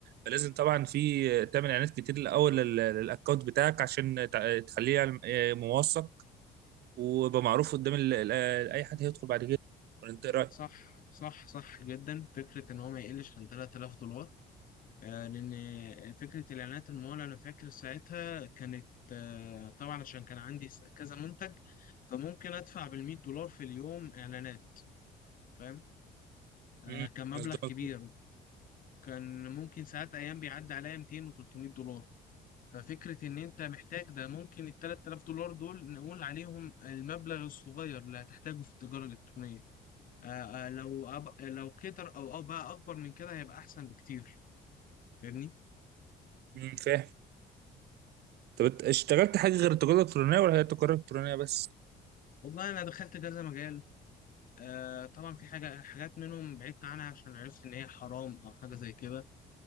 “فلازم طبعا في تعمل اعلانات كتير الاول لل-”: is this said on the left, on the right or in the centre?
Right